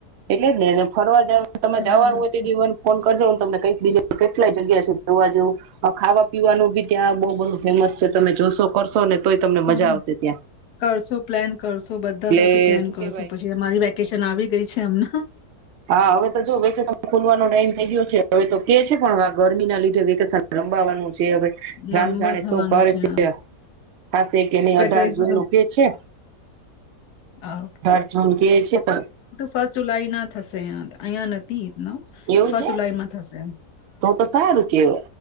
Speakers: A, on the right; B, on the left.
A: એટલે જ ને. ને ફરવા જાવ તમે
B: બરાબર
A: જવાનું હોય તે
B: છે
A: દિવ મને ફોન કરજો હું તમને કહીશ દીજે. કેટલાય જગ્યા ફરવા જવું ખાવા પીવાનું બી ત્યાં બઉ બધુ ફેમસ છે તમે જોશો કરશો ને. તોય તમને
B: <unintelligible>
A: મજા આવશે ત્યાં
B: કરશું પ્લાન, કરશું, બધા
A: એટલે
B: સાથે પ્લાન
A: શું કેવાય
B: કરશું, પછી અમારી વેકેશન આવી ગઈ છે હમણા.
A: હા હવે તો જોવ વેકેશન ખુલવાનો ટાઈમ થઈ ગયો છે, હવે તો કે છે પણ હવે આ ગરમી ના લીધે વેકેશન લંબાવવાનું છે એ હવે રામ
B: લાંબા
A: જાણે
B: થવાના
A: શું કરશે.
B: છે હા.
A: થાશે કે નહીં,
B: પેકેજ
A: અઢાર જૂન
B: બધા
A: નું કયે છે.
B: હા,
A: અઢાર જૂન કયે છે પણ
B: ફસ્ટ જુલાઈના થશે અહીંયા તો, અહીંયા નથી. ન
A: એવું
B: ફ
A: છે
B: જુલાઈ માં થશે એમ.
A: તો તો સારું કેવ,